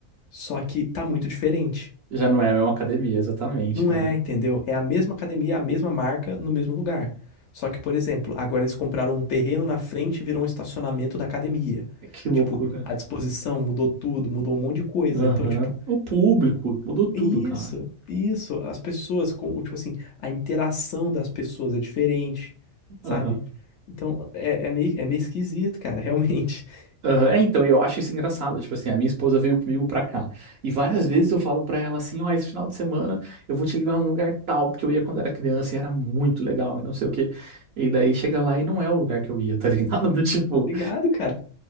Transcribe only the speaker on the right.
Já não é a mesma academia, exatamente,
cara.
Que loucura.
Aham.
O público, mudou tudo,
cara.
Aham.
Aham, É, então, eu acho isso engraçado. Tipo assim, a minha esposa veio comigo pra cá. E várias vezes eu falo pra ela assim: ó, esse final de semana eu vou te levar num lugar tal, porque eu ia quando era criança e era muito legal e não sei o quê. E daí chega lá e não é o lugar que eu ia, tá ligado? <laughs> Do tipo,